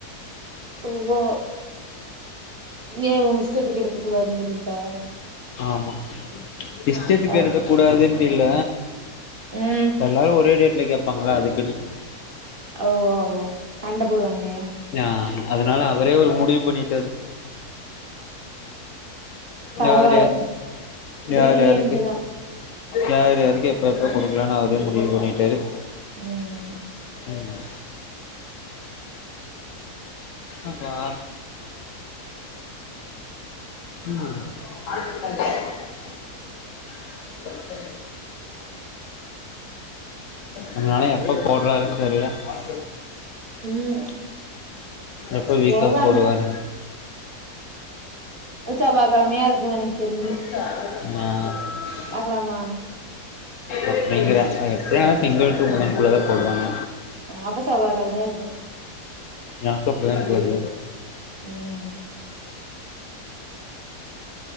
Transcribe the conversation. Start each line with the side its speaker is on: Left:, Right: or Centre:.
Right: ஓ ஏய உங்க இஷ்டத்துக்கு எடுக்க கூடாதுன்னு சொல்லிட்டா
Left: ஆமா இஸ்ட்டத்துக்கு
Right: பரவா
Left: எடுக்க கூடாதுன்ட்டு இல்ல
Right: ம்
Left: எல்லாரு ஒரே டேட்ல கேப் பப்பாங்கள அதுக்குனு
Right: ஓ வோ வ சண்ட போடுவாங்க
Left: ஆமா அதனால அவரே ஒரு முடிவு பண்ணிட்டாரு
Right: பரவால்ல
Left: யாரு யாரு
Right: பிரில்லியன்ட்
Left: யாருக்கு
Right: தா
Left: யார் யாருக்கு எப்ப எப்ப குடுக்கலாம்னு அவரே முடிவு பண்ணிட்டாரு
Right: ம்
Left: ம் அப்பா ம்ம் அதுனால எப்ப போடுறாருன் தெர்ல்ல ஆ <inaudible>
Right: ம்
Left: எப்ப வீக்
Right: போடுவாங்க
Left: ஆஃப் போடுவாரு
Right: செவ்வா கெழமையா இருக்கும் எனக்கு தெரிஞ்சு
Left: அ
Right: பாக்கலாமா
Left: அப்டிங்ற எப்டியு திங்கள் டூ புதன் குள்ளதா போடுவாங்க
Right: அப்ப செவ்வா கெழமையா இருக்கு
Left: எனக்கும் அப்டிதா இன்னைக்கு வருது
Right: ம்